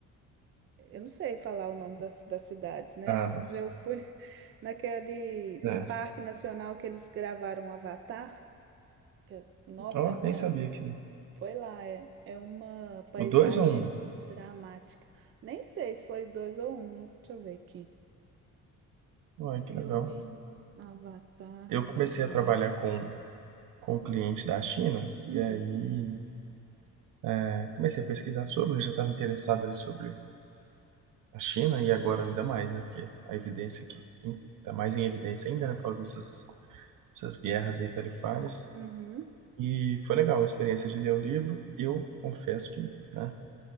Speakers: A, on the right (about 40°); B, on the right (about 70°).
A: Eu não sei falar o nome das, das cidades, né?
B: Ah,
A: <laughs>
B: não.
A: Mas eu fui naquele
B: É.
A: um parque nacional que eles gravaram Avatar. que é- nossa,
B: Ó,
A: é uma.
B: nem sabia que...
A: Foi lá, é, é uma paisagem
B: O 2 ou
A: dramática. Nem sei se foi dois ou um. Deixa eu ver aqui.
B: Um?
A: Filme
B: Ai, que legal.
A: Avatar
B: Eu
A: gravando.
B: comecei a trabalhar com, com um cliente da China,
A: Hum,
B: e aí é, comecei a pesquisar sobre, já estava interessado ali sobre a China, e agora ainda mais, né, porque a evidência aqui está mais em evidência ainda, né, por causa dessas, dessas guerras aí tarifárias.
A: uhum,
B: E foi legal a experiência de ler o livro. Eu confesso que, né,